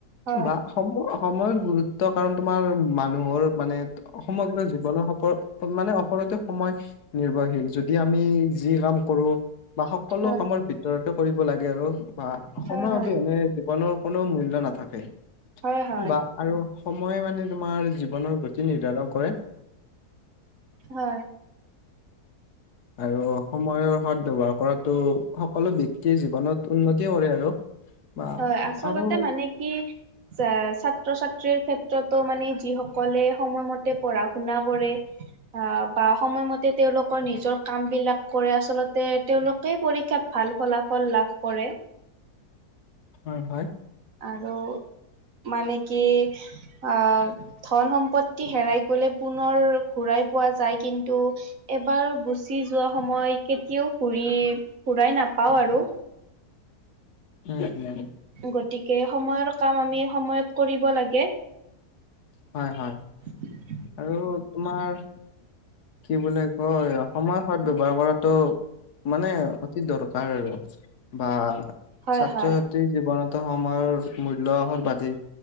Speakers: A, on the right; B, on the left.
A: হয়
B: বা সময়, সময়ৰ গুৰু গুৰুত্ব কাৰণ, তোমাৰ মানুহৰ মানে সমগ্ৰ জীৱনৰ মানে, সকলোতে সময় নিৰ্ভৰশীল। যদি, আমি যি কাম কৰোঁ বা সকলো
A: হয়
B: কামৰ ভিতৰত কৰিব লাগে আৰু বা
A: হয়
B: সময়
A: হয়
B: অবিহনে জীৱনৰ কোনো মূল্য নাথাকে।
A: হয় হয়
B: বা আৰু সময়ে মানে, তোমাৰ জীৱনৰ প্ৰ দিশ নিৰ্ধাৰণ কৰে।
A: হয়!
B: আৰু সময়ৰ সদ ব্যৱহাৰ কৰাতোঁ, সকলো ব্যক্তিয়ে জীৱনত উন্নতি কৰে আৰু। বা
A: হয়। আচলতে,
B: আৰু
A: মানে কি! ছাত্ৰ -ছাত ছাত্ৰী ক্ষেত্ৰতো মানে, যিসকলে সময়মতে পঢ়া- শুনা কৰে। অ'! বা সময়মতে তেওঁলোক নিজৰ কাম বিলাক কৰে। আচলতে, তেওঁলোকেই পৰীক্ষাত ভাল ফলাফল লাভ কৰে।
B: অ'! হয়।
A: আৰু মানে, কি আহ ধন সম্পত্তি তি হেৰাই গ'লে পুনৰ ঘূৰাই পোৱা যায়। কিন্তু, এবাৰ গুচি যোৱা সময় কেতিয়াও ঘূৰি আমি ঘূৰাই নাপাওঁ আৰু।
B: উম! উম!
A: গতিকে, সময়ৰ কাম আমি সময়ত কৰিব লাগে।
B: হয়, হয়।
A: <inaudible>
B: আৰু তোমাৰ কি বুলি কয়, সময় সদ ব্যৱহাৰ কৰাটো মানে, অতি দৰকাৰ। বা
A: হয়
B: ছাত্ৰ
A: হয়
B: -ছাত্ৰী জীৱনত সময়ৰ মূল্য সৰ্বাধিক